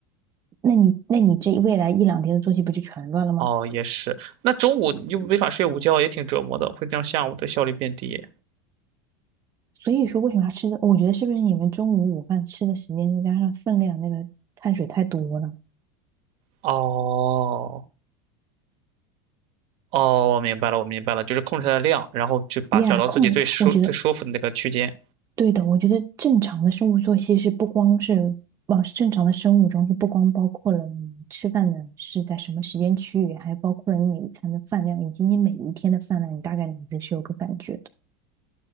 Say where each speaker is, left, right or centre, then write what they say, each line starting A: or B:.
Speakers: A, on the right; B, on the right.
A: 那你那你这未来一两天的作息不就全乱了吗？
B: 哦，也是。那中午你又没法睡午觉，也挺折磨的，会让下午的效率变低。
A: 所以说为什么要吃的？我觉得是不是你们中午午饭吃的时间再加上分量，那个碳水太多了
B: 哦，哦，我明白了，我明白了，就是控制它的量，然后就把找到自己最舒最舒服的那个区间。
A: 呀控制我觉得对的。我觉得正常的生物作息是不光是，呃，正常的生物钟是不光包括了你吃饭的是在什么时间区域，还包括了你每一餐的饭量，以及你每一天的饭量，你大概脑子己是有个感觉的，